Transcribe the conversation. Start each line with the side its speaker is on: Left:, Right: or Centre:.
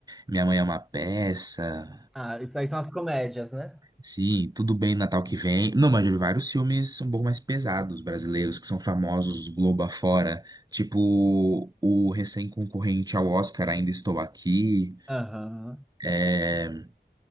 Right: Minha Mãe é uma Peça,
Centre: Ah, isso aí são as comédias, né?
Right: sim, Tudo Bem Natal que Vem. Não, mas eu vi vários filmes um pouco mais pesados, brasileiros, que são famosos Globo afora, tipo o recém-concorrente ao Oscar Ainda Estou Aqui.
Centre: Aham.
Right: é,